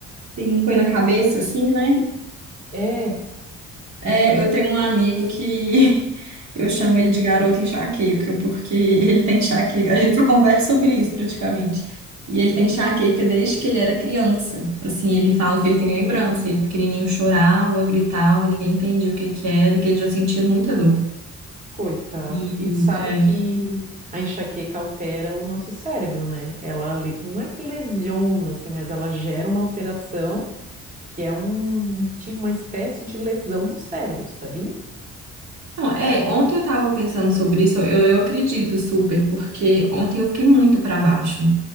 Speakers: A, on the right; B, on the right.
A: sim. Foi na cabeça, assim, né?
B: É,
A: É, eu tenho um amigo que <laughs> eu chamo ele de garoto enxaqueca, porque ele tem enxaqueca. A gente só conversa sobre isso praticamente. E ele tem enxaqueca desde que ele era criança. Assim, ele fala que ele tem lembrança. Ele pequenininho chorava, gritava, ninguém entendia o que que era e que ele já sentia muita dor.
B: coitado.
A: E,
B: E tu sabe
A: é,
B: que a enxaqueca altera o nosso cérebro, né? Ela le- não é que lesiona, assim, mas ela gera uma alteração que é um, um tipo, uma espécie de lesão no cérebro, sabia?
A: não, é, ontem eu tava pensando sobre isso, eu, eu acredito super, porque ontem eu fiquei muito pra baixo.